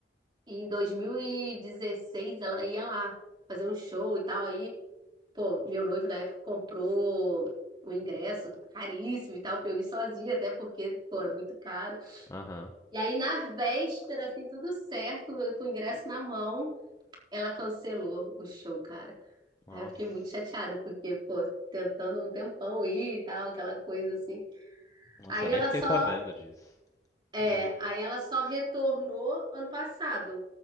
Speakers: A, on the right; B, on the left.
A: e em 2016 ela ia lá fazer um show e tal. Aí, pô, meu noivo na época comprou um ingresso caríssimo e tal, pra eu ir sozinha, até porque, pô, é muito caro.
B: Aham.
A: E aí, na véspera, assim, tudo certo, eu com o ingresso na mão, ela cancelou o show, cara.
B: Nossa.
A: Aí eu fiquei muito chateada, porque, pô, tentando um tempão ir e tal, aquela coisa assim.
B: Nossa,
A: Aí
B: eu nem
A: ela
B: fiquei
A: só,
B: sabendo disso.
A: é,
B: E aí?
A: aí ela só retornou ano passado.